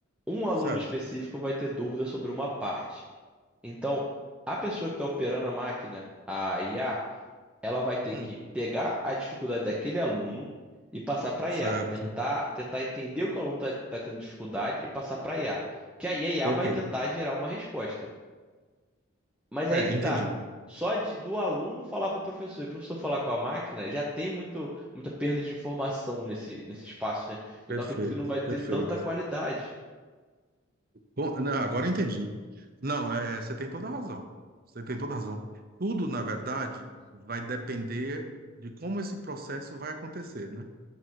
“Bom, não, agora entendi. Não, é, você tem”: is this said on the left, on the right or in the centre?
Right